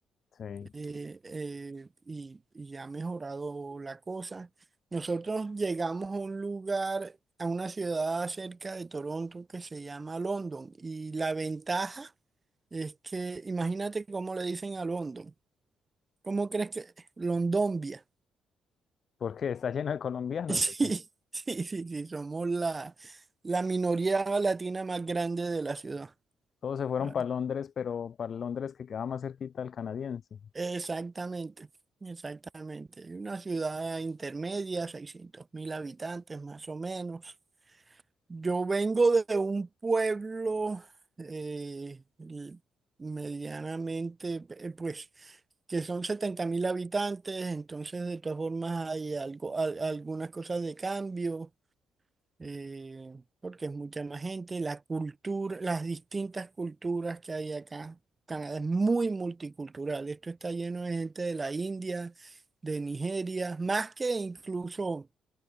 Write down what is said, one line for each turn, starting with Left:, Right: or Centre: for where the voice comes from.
Left: Sí,
Right: eh, eh, y, y ha mejorado la cosa. Nosotros llegamos a un lugar, a una ciudad cerca de Toronto que se llama London, y la ventaja es que, imagínate cómo le dicen a London, ¿cómo crees que? Londombia.
Left: porque está lleno de colombianos.
Right: <laughs> Sí,
Left: ¿o qué?
Right: sí, sí, sí, somos la, la minoría latina más grande de la ciudad.
Left: Todos se fueron
Right: Ah,
Left: para Londres, pero para Londres que quedaba más cerquita al canadiense.
Right: Exactamente, exactamente. Una ciudad intermedia, seiscientos mil habitantes más o menos. Yo vengo de un pueblo eh, l- medianamente, eh, pues, que son setenta mil habitantes, entonces de todas formas hay algo, al- algunas cosas de cambio. eh, porque es mucha más gente, la cultura, las distintas culturas que hay acá. Canadá es muy multicultural, esto está lleno de gente de la India, de Nigeria, más que incluso